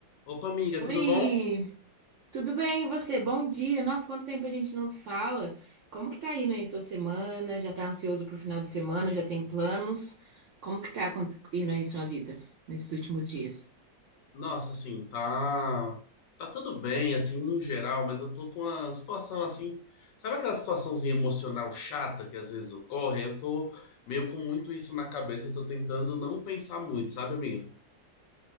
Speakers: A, on the left (about 70°); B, on the right (about 65°).
A: Opa, amiga,
B: Oi,
A: tudo bom?
B: tudo bem e você? Bom dia. Nossa, quanto tempo a gente não se fala? Como que tá indo aí sua semana? Já tá ansioso pro final de semana? Já tem planos? Como que tá acon- indo aí sua vida nesses últimos dias?
A: Nossa, assim, tá tá tudo bem assim no geral, mas eu tô com uma situação assim, sabe aquela situaçãozinha emocional chata que às vezes ocorre? Eu tô meio com muito isso na cabeça, eu tô tentando não pensar muito, sabe, amiga?